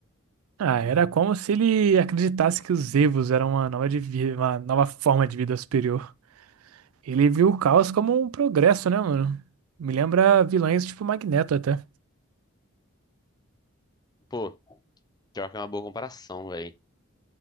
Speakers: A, on the right; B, on the left.
A: Ah, era como se ele acreditasse que os Evos eram uma nova, de vi- uma nova forma de vida superior. Ele viu o caos como um progresso, né, mano? Me lembra vilões tipo Magneto até.
B: Pô, pior que é uma boa comparação, velho.